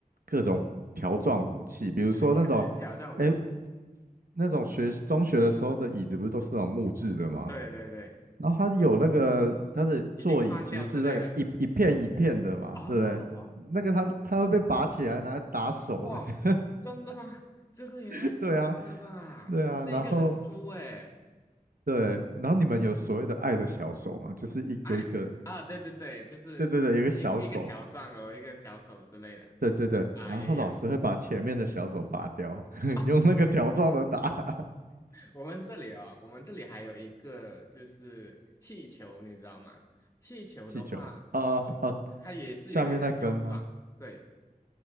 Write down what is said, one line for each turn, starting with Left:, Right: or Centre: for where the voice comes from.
Right: 各种条状武器，比如说那种。
Left: <laughs> 挑挑战武器，
Right: 哎，那种学中学的时候的椅子不是都是那种木质的吗？
Left: 对对对。
Right: 然后它有那个它的座椅其实是那个一一片一片的嘛，
Left: 已经断掉之类的。啊，
Right: 对不对？那个它它会被拔起来拿来打手、
Left: 哇，
Right: 欸，
Left: 真的吗？这个也太夸张了吧！
Right: <laughs> 对啊，对啊，
Left: 那个很粗诶、
Right: 然后对，然后你们有所谓的爱的小手嘛，就是一有一个，
Left: 哎啊，对对对，就是一一个条状了，
Right: 对对对，有一个小手，
Left: 一个小手之类的
Right: 对对对，
Left: 啊，
Right: 然后老师会把前面的小手拔掉，
Left: 也有。
Right: <laughs>
Left: <laughs>
Right: 用那个条状的打 <laughs>
Left: 我们这里哦，我们这里还有一个就是气球，你知道吗？气球的话，
Right: 气球，啊哦哦，
Left: 呃，它也是有一个条状，
Right: 下面那根吗？
Left: 对，